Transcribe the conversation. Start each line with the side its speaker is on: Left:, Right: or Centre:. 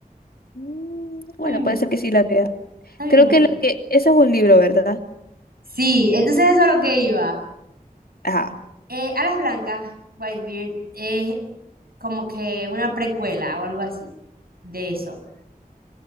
Left: Mm,
Right: Está
Left: bueno,
Right: bien
Left: puede
Right: bonito,
Left: ser que sí la vea.
Right: está bien
Left: Creo
Right: bonito.
Left: que lo que... Eso es un libro, ¿verdad?
Right: Sí, entonces eso es lo que iba.
Left: Ajá,
Right: Eh, Alas Blancas, Whitebeard, es como que una precuela o algo así de eso.